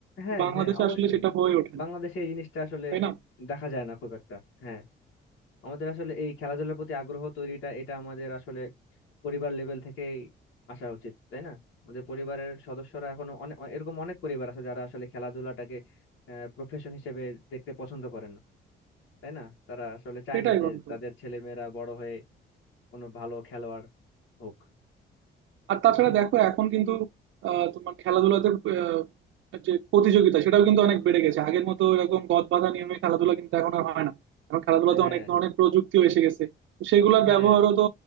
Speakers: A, on the left; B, on the right.
A: হ্যাঁ
B: বাংলাদেশে
A: হ্যাঁ অবশ্যই
B: আসলে সেটা হয়ে ওঠে
A: বাংলাদেশে
B: না,
A: এই জিনিসটা আসলে
B: তাই না
A: দেখা যায় না খুব একটা হ্যাঁ আমাদের আসলে এই খেলাধুলার প্রতি আগ্রহ তৈরিটা এটা আমাদের আসলে পরিবার লেভেল থেকেই আসা উচিত তাই না আমাদের পরিবারের সদস্যরা এখনো অনেক এরকম অনেক পরিবার আছে যারা আসলে খেলাধুলাটাকে প্রফেশন হিসেবে দেখতে পছন্দ করে না তাই না তারা আসলে চায়
B: সেটাই
A: না যে
B: বন্ধু
A: তাদের ছেলেমেয়েরা বড় হয়ে কোনো ভালো খেলোয়াড় হোক
B: আর তাছাড়া
A: <laughs>
B: দেখো এখন কিন্তু আহ, তোমার খেলাধুলাতে আহ, যে প্রতিযোগিতা সেটাও কিন্তু অনেক বেড়ে গেছে আগের মতো এরকম গদ বাঁধা নিয়মে খেলাধুলা কিন্তু এখন আর হয় না এখন খেলাধুলাতে
A: হ্যাঁ
B: অনেক ধরনের প্রযুক্তিও এসে গেছে তো সেগুলোর
A: হ্যাঁ
B: ব্যবহারও তো